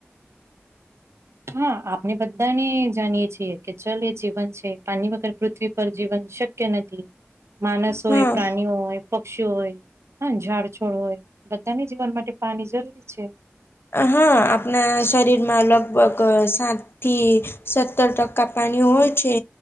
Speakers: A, on the right (about 85°); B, on the left (about 60°).
A: હા આ અણે બધાને જાણીએ છીએ કે ચાલ એ જીવન છે પાની વગર પૃથ્વી પર જીવન શક્ય નથી. માણસ હોય,
B: હા
A: પ્રાણીઓ હોય, પક્ષી હોય. હા ઝાડ છોડ હોય બધાને જીવન માટે પાણી જરૂરી છે.
B: હા આપણા શરીરમાં લગભગ સાત થી સત્તર ટકા પાણી હોય છે.